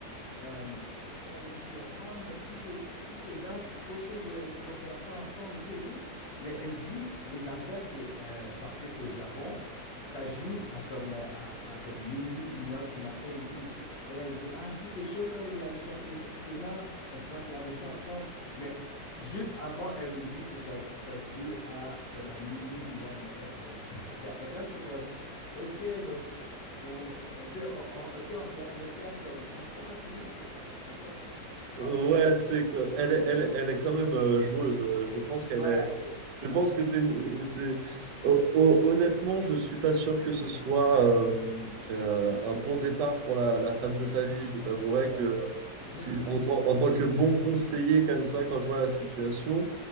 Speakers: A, on the left; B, on the right.
A: euh, elle me dit euh, Ah, mais si t'es si t'es down, je suis trop chaud de qu'on regarde ça ensemble et tout et tout. Mais elle me dit les affaires, c'est euh, parce que c'est au Japon, ça joue à comme, euh, à, à comme minuit, une heure du matin et tout. Là, elle me dit Ah, si t'es chaud quand il y a les championnats, on pourra regarder ça ensemble. Mais juste avant, elle me dit que ça, ça se joue à comme à minuit, une heure du matin. Bref, en tout cas, donc là, j'étais comme Ok, donc on, on, tu sais, on, on- ok, on regarderait ça comme oh ça une heure du matin? En tout cas, bref. Bon.
B: Ouais, ouais, c'est que elle est- elle est- elle est quand même euh, joueuse. Euh, Je pense
A: Ouais,
B: qu'elle est
A: ex-
B: Je
A: non,
B: pense
A: ça,
B: que c'est
A: ça.
B: une- c'est- ho- ho- honnêtement, je suis pas sûr que ce soit euh, euh, un bon départ pour la, la femme de ta vie. Je t'avouerai
A: Ouais.
B: que
A: <laughs>
B: si, en, tant en tant que bon conseiller comme ça, quand je vois la situation,